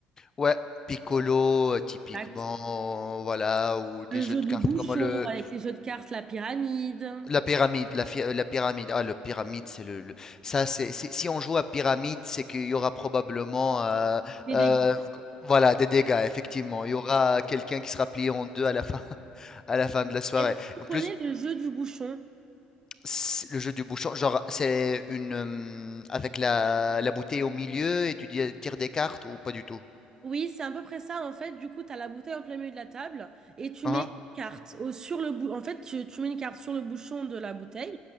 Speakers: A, on the left; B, on the right.
A: Ouais, Piccolo, heu, typiquement,
B: Exact.
A: voilà, ou des
B: Le
A: jeux
B: jeu
A: de
B: du
A: cartes
B: bouchon,
A: comme le
B: avec les jeux de cartes, la pyramide,
A: La pyramide, la, fi- euh, la pyramide. Ah, le pyramide, c'est le, le- ça, c'est, c'est- si on joue à pyramide, c'est qu'il y aura probablement, euh,
B: les
A: euh,
B: dégâts.
A: voilà, des dégâts. Effectivement, il y aura quelqu'un qui sera plié en deux à la fin, <laughs> à la fin de la soirée.
B: Est-ce que tu
A: En plus,
B: connais le jeu du bouchon?
A: c'est- le jeu du bouchon, genre, c'est une, hum, avec la, la bouteille au milieu et tu dis- tires des cartes ou pas du tout.
B: Oui, c'est à peu près ça. En fait, du coup, tu as la bouteille en plein milieu de la table et tu
A: Hein?
B: mets une carte au- sur le bou- En fait, tu, tu mets une carte sur le bouchon de la bouteille